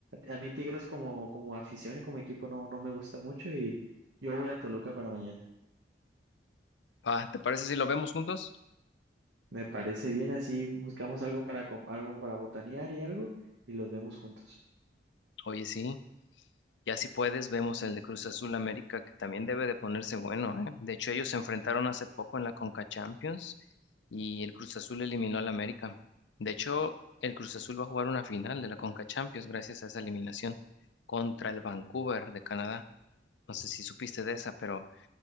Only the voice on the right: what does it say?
A, a mí Tigres como, como afición y como equipo no, no me gusta mucho y yo voy a Toluca para mañana.
Me parece bien, así buscamos algo para, com- algo para botanear y algo y los vemos juntos.